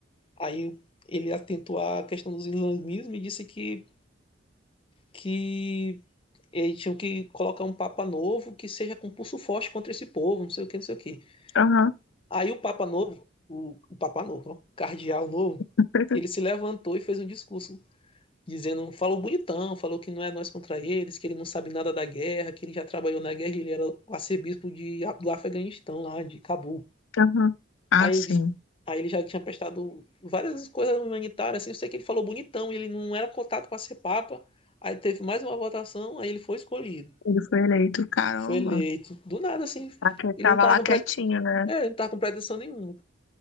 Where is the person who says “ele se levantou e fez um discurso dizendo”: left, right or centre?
Left